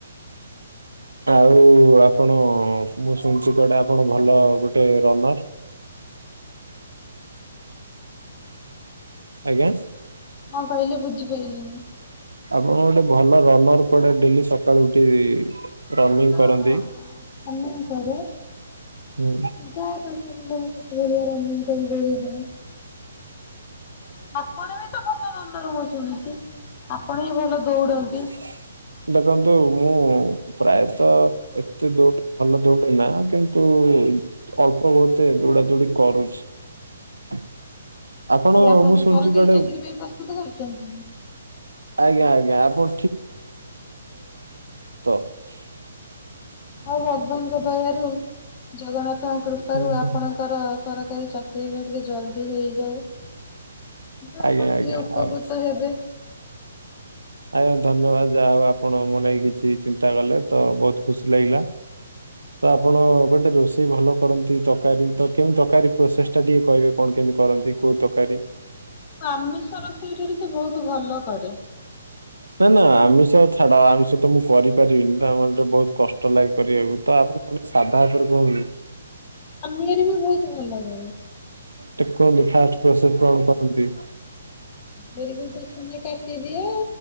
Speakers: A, on the right; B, on the left.
A: ଆଉ ଆପଣ, ମୁଁ ଶୁଣଛି କୁଆଡେ ଆପଣ ଭଲ ଗୋଟେ ରନର। ଆଜ୍ଞା।
B: କଣ କହିଲେ ବୁଝି ପାଇଲିନି ।
A: କଣ ଗୋଟେ ଭଲ ରନର କୁଆଡେ ଡେଲି ସକାଳୁ ଉଠି ରନିଂ
B: ହଁ
A: କରନ୍ତି
B: ହଁ ରନିଙ୍ଗି କରେ।
A: ହୁଁ
B: ଯାଏ ପାଞ୍ଚ କିଲୋମିର ସେଇ ଭଳିଆ ରନୀ ଙ୍ଗି କରି କରି <unintelligible> ଆପଣ ବି ତ ଭଲ ରନର <unintelligible> ବି ଭଲ ଦୌଡନ୍ତି।
A: <inaudible> ପ୍ରାୟତଃ ଏତେ ଦୌଡେ, ଭଲ ଦୌଡେ ନା କିନ୍ତୁ ଅଳ୍ପ ବହୁତ ଦୌଡ଼ା ଦୌଡ଼ି କରୁଛି। ଆପଣ
B: ଭାଇ ଆପଣଙ୍କୁ
A: ମୁଁ ଶୁଣଛି
B: ସରକାରୀ
A: କୁଆଡ଼େ
B: ଚାକିରି ପାଇଁ ପ୍ରସ୍ତୁତ କରୁଛନ୍ତି କି?
A: ଆଜ୍ଞା ଆଜ୍ଞା ଆପଣ <unintelligible>
B: ହୋଉ, ଭଗବାନଙ୍କ ଦୟାରୁ, ଜଗନ୍ନାଥଙ୍କ କୃପାରୁ
A: ହୁଁ ହୁଁ
B: ଆପଣଙ୍କର ସରକାରୀ ଚାକିରି ଚାକିରୀ ଟା ଟିକେ ଜଲ୍ଦି ହେଇଯାଉ। ନା,
A: ଆଜ୍ଞା
B: ଆପଣ
A: ଆଜ୍ଞା
B: ଟିକେ ଉପକୃତ
A: ଆଉ
B: ହେବେ।
A: ଆଜ୍ଞା ଧନ୍ୟବାଦ । ଯାହା ହୋଉ ଆପଣ ମୋ ଲାଗି କିଛି ଚିନ୍ତା କଲେ, ତ ବହୁତ ଖୁସି ଲାଗିଲା। ତ ଆପଣ ଗୋଟେ ରୋଷେଇ ଭଲ କରନ୍ତି ତରକାରୀ ତଥାବି ତରକାରୀ ପ୍ରସେସ ଟା ଟିକେ କାହିବେ କଣ କେମ୍ କରନ୍ତି, କୋଉ ତରକାରୀ?
B: ଆମିଷ ରୋଷେଇଟା ଟିକେ ବହୁତ ଭଲ କରେ।
A: ନା ନାଁ ଆମିଷ। ତ ଛାଡ ଆଇଁଷ ତ ମୁଁ କରିପାରିବିନି ତ ଆମର ତ ବହୁତ କଷ୍ଟ ଲାଗେ କରିବାକୁ ତ ଆପଣ ଗୋଟେ ସାଧା ଆଇଟମ <unintelligible>
B: <unintelligible> ବି ବହୁତ ଭଲ କରେ।
A: ଟିକେ କୁହନ୍ତୁ ଫାଷ୍ଟ ପ୍ରୋଷେସ କଣ କରନ୍ତି?
B: ପରିବା ପ୍ରଥମେ କାଟିଦିଏ।